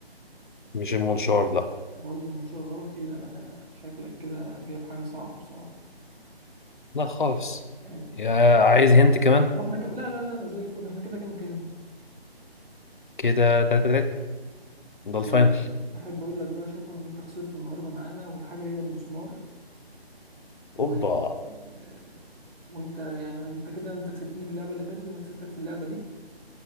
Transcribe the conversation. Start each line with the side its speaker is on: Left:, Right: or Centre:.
Left: مش المنشار لا
Right: برضو المنشار غلط إيه ده بقى شكلك كده جايب حاجة صعب بصراحة
Left: لا خالص
Right: آه.
Left: يا عايز هنت كمان
Right: وإحنا كام لا لا لا أنا زي الفل إحنا كده كام كام
Left: كده تلاتة تلاتة ده الفاينل
Right: طيب آه، أحب أقول لك بقى شكرا إن أنت خسرت النهاردة معانا والحاجة هي المسمار و
Left: اوبا
Right: آه، وأنت يعني أنا أنت كده أنت كسبتني في اللعبة اللي فاتت وأنا كسبتك في اللعبة دي